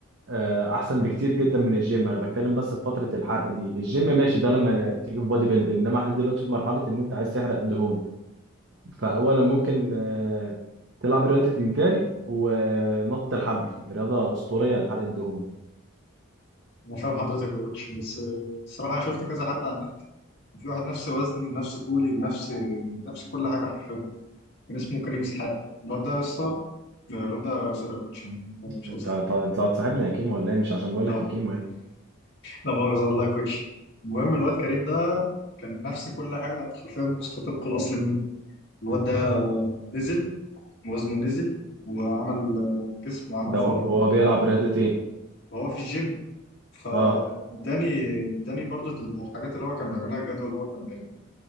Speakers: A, on the right; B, on the left.
A: آه، احسن بكتير جدا من الجيم انا بتكلم بس في فتره الحرق دي الجيم ماشي ده لما تيجي في بادي بيلدينج انما احنا دلوقتي في مرحله ان انت عايز تحرق دهون فاولا ممكن آه، تلعب رياضه الجري ونط الحبل رياضه اسطوريه لحرق الدهون
B: انا فاهم حضرتك يا كوتش بس آه، الصراحه شفت كذا حد على النت في واحد نفس وزني ونفس طولي ونفس نفس كل حاجه حرفيا كان اسمه كريم اسحاق الواد ده يا اسطى الواد ده سوري يا كوتش مش
A: انت
B: قصدي
A: هت- انت هتصاحبني يا كيمو ولا ايه مش عشان بقول
B: لا
A: لك يا كيمو يعني
B: لا مؤاخذة والله يا كوتش المهم الواد كريم ده كان نفس كل حاجة حرفيا نسخة طبق الأصل منه الواد ده نزل وزنه نزل وعمل جسم وعمل
A: ده
B: فورمة
A: هو هو بيلعب رياضه ايه
B: وهو في الجيم فاداني
A: اه
B: اداني برضو الحاجات اللي هو كان بيعملها الجدول اللي هو كان بيعمله